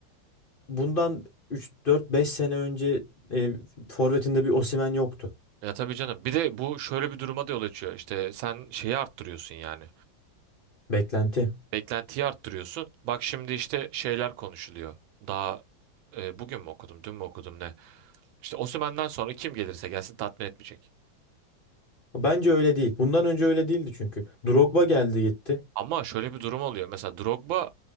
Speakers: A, on the left (about 35°); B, on the right (about 80°).
A: bundan üç dört beş sene önce e, forvetinde bir Osimhen yoktu.
B: Ya tabii canım. Bir de bu şöyle bir duruma da yol açıyor. İşte sen şeyi arttırıyorsun yani.
A: Beklenti.
B: Beklentiyi arttırıyorsun. Bak şimdi işte şeyler konuşuluyor. Daha e, bugün mü okudum, dün mü okudum ne? İşte Osimhen'den sonra kim gelirse gelsin tatmin etmeyecek.
A: Bence öyle değil. Bundan önce öyle değildi çünkü. Drogba geldi gitti.
B: Ama şöyle bir durum oluyor. Mesela Drogba